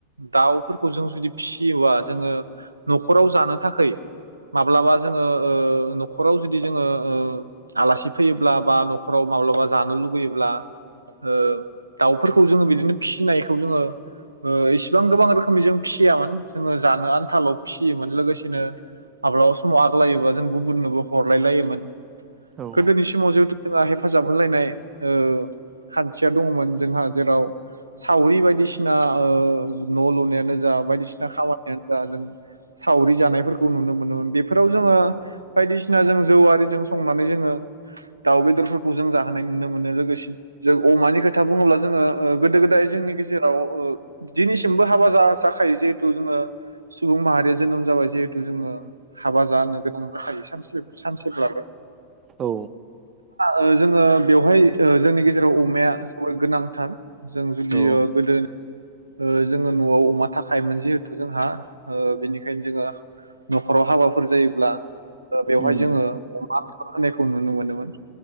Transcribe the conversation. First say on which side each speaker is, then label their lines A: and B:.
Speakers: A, on the right; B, on the right.
A: दाउ फोर खौ जों जुदि फिसियोबा जोङो न'खराव जानो थाखै माब्लाबा जोङो ओ न'खराव जुदि जोङो ओ आलासि फैयोब्ला बा न'खराव माब्लाबा जानो लुुबैयोब्ला ओ दाउफोरखौ जोङो बिदिनो फिसिनायखौ जोङो ओ इसेबां गोबां रो खोमै जों फिसियामोन जोङो जानो आनथाल' फिसियोमोन लोगोसेनो माब्लाबा समाव आग्लायोबा जों गुबुननोबो हरलाय लायोमोन।
B: औ
A: गोदोनि समाव जोंथ जोंहा हेफाजाब होलायनाय ओ खान्थिया दंङमोन जोंहा जेराव सावरि बायदिसिना ओ न'लुनाय नोजा बायदिसिना खामानियानो बा जों सावरि जानायफोरखौ नुनो मोनोमोन बेफोराव जोङो बायदिसिना जों जौ आरिजों संनानै जोङो दाउ बेदरफोरखौ जों जाहोनाय नुनो मोनो लोगोसे जों अमानि खोथा बुङोब्ला जोङो ओ गोदो गोदाय जोंनि गेजेराव ओ दिनैसिमबो हाबा जा जाखायो जिहेतु जोङो सुबुं माहारिया जोनोम जाबाय जिहेतु जोंङो हाबा जानो गोनां जाखायो सानसे सानसेब्ला
B: औ
A: ओ जोङो बेवहाय ओ जोंनि गेजेराव अमाया जोबोद गोनांथार जों जुदि
B: औ
A: गोदोनि ओ जोङो नआव अमा थाखायोन जिहेथु जोंहा बेनिखायनो जोंङो नखराव हाबाफोर जायोब्ला ओ बेवहाय
B: उम
A: जोंङो अमा <unintelligible> खौ नुनो मोनोमोन